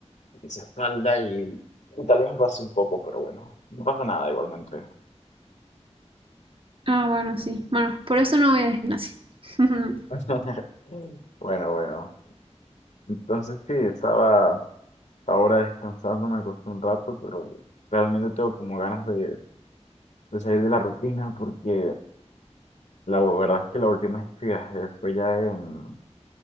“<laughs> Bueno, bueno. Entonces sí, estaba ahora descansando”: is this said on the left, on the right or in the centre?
Left